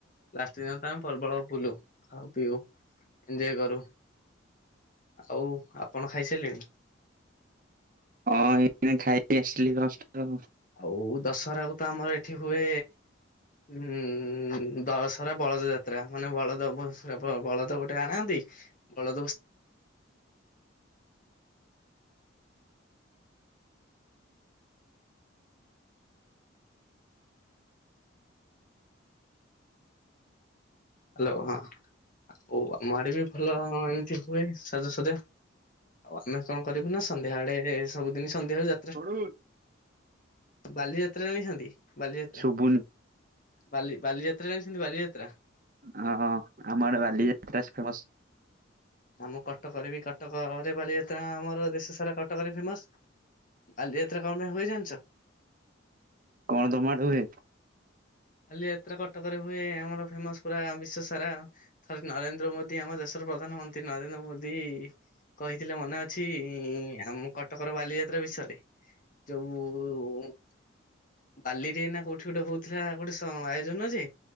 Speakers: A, on the left; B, on the right.
A: ଲାଷ୍ଟ ଦିନ ତ ଆମେ ପ୍ରବଳ ବୁଲୁ। ଖାଉ ପିଉ ଏଞ୍ଜୟ କରୁ। ଆଉ ଆପଣ ଖାଇସାରିଲେଣି?
B: ହଁ ଏଇନା ଖାଇକି ଆସିଲି ଜଷ୍ଟ।
A: ଆଉ ଦଶହରାକୁ ତ ଆମର ଏଠି ହୁଏ ହୁଁ ଦଶରା ବଳଦ ଯାତ୍ରା ମାନେ ବଳଦ ଅବସ୍ ପ୍ରବଳ ବଳଦ ଗୋଟେ ଆଣାନ୍ତି ବଳଦକୁ ହାଲୋ ହଁ ଆଉ ଆମ ଆଡେ ବି ଭଲ ଏମିତି ହୁଏ ସାଜସଜା। ଆଉ ଆମେ କଣ କରିବୁ ନା ସନ୍ଧ୍ୟାବେଳେ ସବୁଦିନି ସନ୍ଧ୍ୟାବେଳେ ଯାତ୍ରା
B: <inaudible>
A: ବାଲିଯାତ୍ରାରେ ଦେଖିଛନ୍ତି ବାଲିଯାତ୍ରା
B: ଶୁଭୁନି
A: ବାଲି ବାଲିଯାତ୍ରାରେ ସେମତି ବାଲିଯାତ୍ରା।
B: ହଁ ଆମ ଆଡେ ବାଲିଯାତ୍ରା ସ୍ ଫେମସ।
A: ଆମ କଟକରେ ବି କଟକରେ ବାଲିଯାତ୍ରା ଆମର ଦେଶ ସାରା କଟକରେ ଫେମସ। ବାଲିଯାତ୍ରା କଣ ପାଇଁ ହୁଏ ଜାଣିଚ?
B: କଣ ତମ ଆଡେ ହୁଏ?
A: ବାଲିଯାତ୍ରା କଟକରେ ହୁଏ ଆମର ଫେମସ ପୁରା ବିଶ୍ୱସାରା। ଥରେ ନରେନ୍ଦ୍ର ମୋଦି ଆମ ଦେଶର ପ୍ରଧାନମନ୍ତ୍ରୀ ନରେନ୍ଦ୍ର ମୋଦି କହିଥିଲେ ମନେ ଅଛି ଆମ କଟକର ବାଲିଯାତ୍ରା ବିଷୟରେ। ଯୋଉ ବାଲିରେ ନା କୋଉଠି ଗୋଟେ ହୋଉଥିଲା ତ ଆୟୋଜନ ଯେ